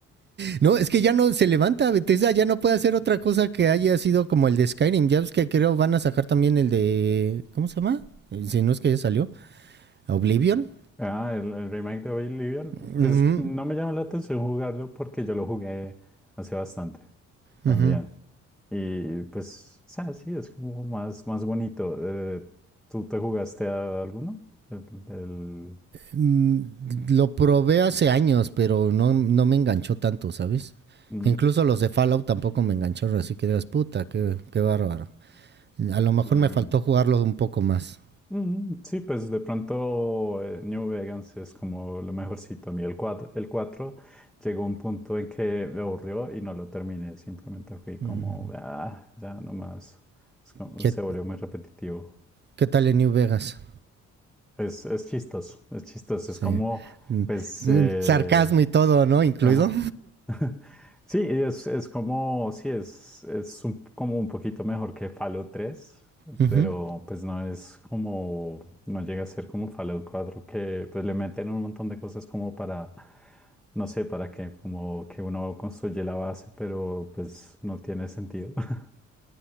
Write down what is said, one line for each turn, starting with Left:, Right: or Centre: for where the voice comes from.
Right: No, es que ya no se levanta Bethesda, ya no puede hacer otra cosa que haya sido como el de Skyrim. Ya ves que creo van a sacar también el de... ¿Cómo se llama? Eh, Si no es que ya salió. Oblivion.
Centre: Ah, el, el remake de Oblivion.
Right: Ujú,
Centre: Pues no me llama la atención jugarlo porque yo lo jugué hace bastante también.
Right: ujú.
Centre: Y pues, o sea, sí, es como más, más bonito. Eh, ¿tú te jugaste a alguno? El, el-
Right: Mm, Lo probé hace años, pero no, no me enganchó tanto, ¿sabes?
Centre: no,
Right: Incluso los de Fallout tampoco me engancharon, así que digas, puta, qué, qué bárbaro. A lo mejor
Centre: eh,
Right: me faltó jugarlo un poco más.
Centre: Mm, sí, pues de pronto eh, New Vegas es como lo mejorcito. A mí el cuatro, el 4 llegó un punto en que me aburrió y no lo terminé. Simplemente fui como,
Right: Mm.
Centre: ah, ya nomás. Es como-
Right: ¿Qué,
Centre: se volvió muy repetitivo.
Right: qué tal en New Vegas?
Centre: Es, es chistoso, es chistoso.
Right: Sí.
Centre: Es como,
Right: Mm,
Centre: pues,
Right: mm,
Centre: eh,
Right: Sarcasmo y todo, ¿no? Incluido.
Centre: ajá, <laughs> Sí, es, es como, sí, es, es un- como un poquito mejor que Fallout tres,
Right: Ujú.
Centre: pero pues no es como, no llega a ser como Fallout cuatro que pues le meten un montón de cosas como para, no sé, para que como que uno construye la base, pero pues no tiene sentido. <laughs>